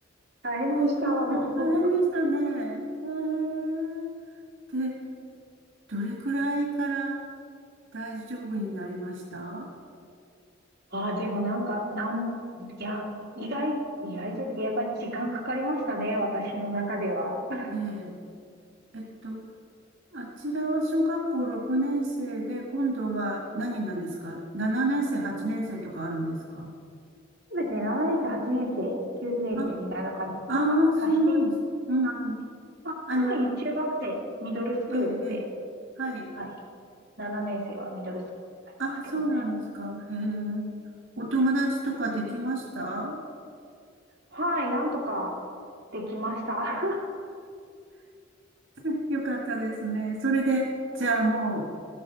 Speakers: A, on the right (about 55°); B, on the right (about 85°).
A: 大変でしたわ、
B: わあ、
A: もう。
B: 大変でしたね。へえ。で、どれくらいから大丈夫になりました
A: <laughs> ああ、でもなんか、なん、いや、意外、意外というかやっぱり時間かかりましたね、私の中では。<laughs>
B: ええ。えっと、あちらは小学校6年生で、今度は何なんですか ?7 年生、8年生とかあるんですか
A: ですね、7年生、8年生、9年生みたいな感じで、
B: あ、ああ、
A: 層が足していく
B: そうなんです。うんうん。
A: 感じで、まあ、
B: あの、
A: つまり中学生、ミドルスクールって、
B: ええ、ええ。はい。
A: はい、7年生はミドルスクールになりますけどね。
B: あ、そうなんですか。へえ。お友達とかできました
A: はい、なんとかできました。
B: うん
A: <laughs>
B: <laughs> よかったですね。それで、じゃあも